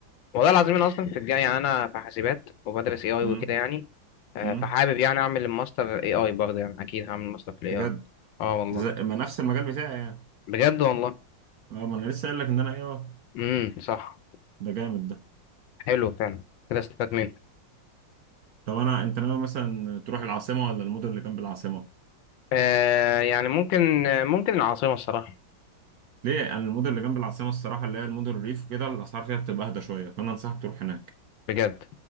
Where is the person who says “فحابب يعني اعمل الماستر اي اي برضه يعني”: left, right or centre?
Left